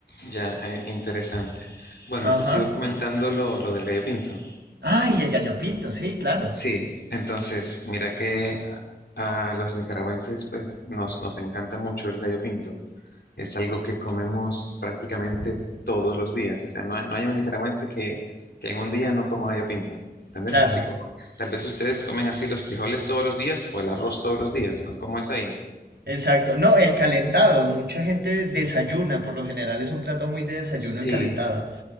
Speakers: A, on the left; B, on the right.
A: ya, eh, interesante. Bueno,
B: Ajá.
A: te sigo comentando lo, lo del gallo pinto.
B: Ah, y el gallo pinto, sí, claro.
A: Sí, entonces, mira que a, a los nicaragüenses pues nos, nos encanta mucho el gallo pinto. Es algo que comemos prácticamente todos los días. O sea, no hay, no hay un nicaragüense que, que en un día no coma gallo pinto. Tal
B: Claro.
A: así como tal vez ustedes comen así los frijoles todos los días o el arroz todos los días. ¿no? ¿Cómo es ahí?
B: Exacto. No, el calentado. Mucha gente desayuna. Por lo general es un plato muy de desayuno
A: Sí,
B: el calentado. <laughs>